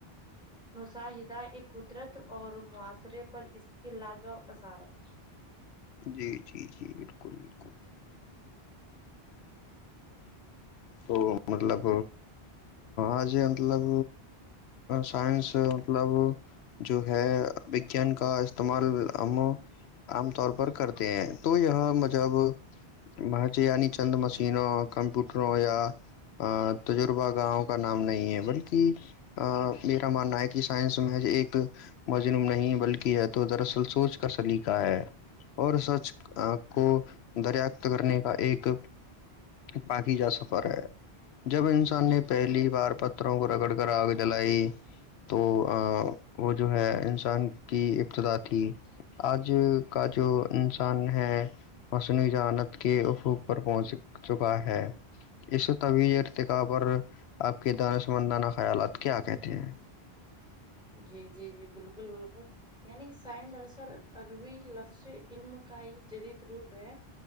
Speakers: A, in the centre; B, on the left.
A: مشاہدہ ایک قدرت اور معاشرے پر اس کے لاجواب <inaudible>
B: جی جی جی بالکل بالکل
A: <inaudible>
B: تو مطلب آج مطلب سائنس مطلب جو ہے وگیان کا استعمال ہم عام طور پر پر کرتے ہیں تو یہ مطب وہاںچ یعنی چند مشینوں کمپیوٹروں یا تجربہ گاؤں کا نام نہیں ہے بلکہ میرا ماننا ہے کہ سائنس میں ایک مجنم نہیں بلکہ یہ تو دراصل سوچ کا سلیقہ ہے اور سچ کو دریات کرنے کا ایک پاکی جا سفر ہے جب انسان نے پہلی بار پتھروں کو رگڑ کر آگ جلائی تو وہ جو ہے انسان کی ابتدا تھی آج کا جو انسان ہے مصنوعی جانت کے حقوق پر پہنچ چکا ہے اس و طویل ارتقابء اور آپ کے دانہ سمندانہ خیالات کیا کہتے ہیں
A: جی جی جی بالکل بالکل یعنی کہ سائن دراصل عربی لفظ علم کا ہی جدید روپ ہے